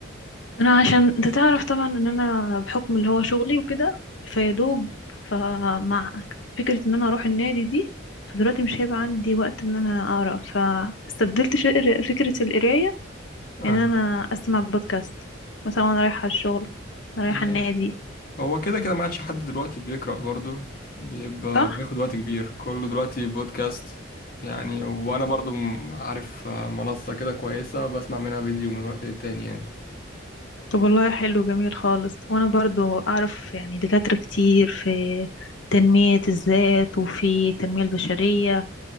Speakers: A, on the left; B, on the left.
A: أنا عشان أنت تعرف طبعا إن أنا بحكم اللي هو شغلي وكده فيدوب فمع فكرة إن أنا أروح النادي دي فدلوقتي مش هيبقى عندي وقت إن أنا أقرأ فاستبدلت فكر- فكرة القراية
B: آه.
A: إن أنا أسمع بودكاست مثلا وأنا رايحة الشغل وأنا
B: آه.
A: رايحة النادي
B: هو كده كده ما عادش حد دلوقتي بيقرأ برضه بيبقى
A: صح؟
B: بياخد وقت كبير كله دلوقتي بودكاست يعني وانا برضه م- عارف آه، منصة كده كويسة بسمع منها فيديو من وقت للتاني يعني
A: طب والله حلو جميل خالص وانا برضو اعرف يعني دكاترة كتير في تنمية الذات وفي التنمية البشرية